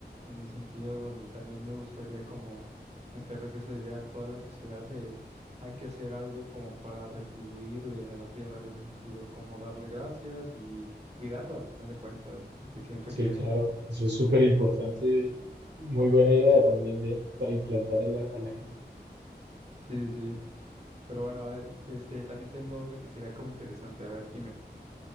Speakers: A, on the right (about 40°); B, on the right (about 85°).
A: en el sentido donde también me gustaría como meterles esa idea a toda la sociedad de hay que hacer algo como para retribuirle a la tierra en ese sentido, como darle gracias y cuidarla al final de cuentas, porque siento
B: Sí,
A: que
B: claro, eso es súper importante. Muy buena idea también de, para implantar a la, a la gente.
A: sí, sí. sí. Pero bueno, a ver, este también tengo otra que sería como interesante. A ver, dime,